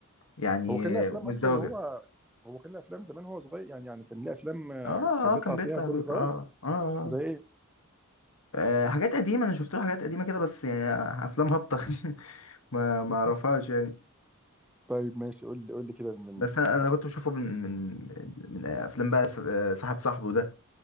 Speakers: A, on the left; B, in the centre.
A: يعني
B: هو كان له افلام
A: مزدوجه
B: اصلا هو هو كان له افلام زمان هو صغير يعني يعني كان له افلام آه،
A: اه
B: كان
A: اه
B: بيطلع
A: كان بيطلع
B: فيها دور
A: دور
B: صغير
A: اه اه, آه.
B: زي ايه
A: آه حاجات قديمه انا شفت له حاجات قديمه كده بس يعني افلام هابطه <laughs> ما ما
B: <laughs>
A: اعرفهاش يعني
B: طيب ماشي قول لي قول لي كده من
A: بس انا أنا كنت بشوفه من من من افلام بقى س- آه، صاحب صاحبه ده